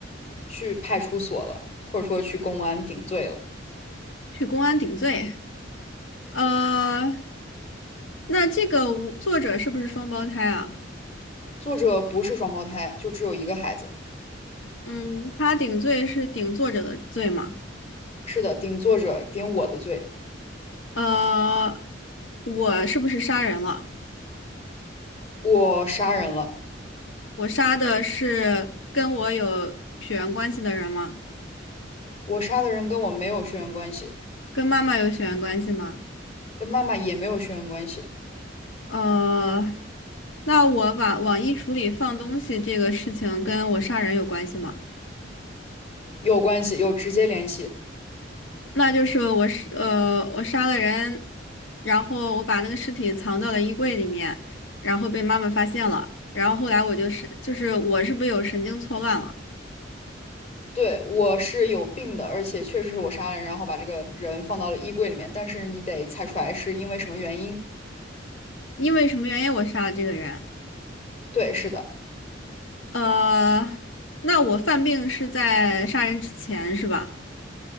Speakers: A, on the left (about 35°); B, on the left (about 80°).
A: 去派出所了，或者说去公安顶罪了。
B: 去公安顶罪？呃，那这个无作者是不是双胞胎啊？
A: 作者不是双胞胎，就只有一个孩子。
B: 嗯，他顶罪是顶作者的罪吗？
A: 是的，顶作者顶我的罪，
B: 呃，我是不是杀人了？
A: 我杀人了。
B: 我杀的是跟我有血缘关系的人吗？
A: 我杀的人跟我没有血缘关系，
B: 跟妈妈有血缘关系吗？
A: 跟妈妈也没有血缘关系，
B: 呃，那我把往衣橱里放东西这个事情跟我杀人有关系吗？
A: 有关系，有直接联系。
B: 那就是我是呃，我杀了人，然后我把那个尸体藏到了衣柜里面，然后被妈妈发现了，然后后来我就是就是我是不是有神经错乱了？
A: 对，我是有病的，而且确实是我杀了人，然后把这个人放到了衣柜里面。但是你得猜出来是因为什么原因。
B: 因为什么原因我杀了这个人？
A: 对，是的，
B: 呃，那我犯病是在杀人之前是吧？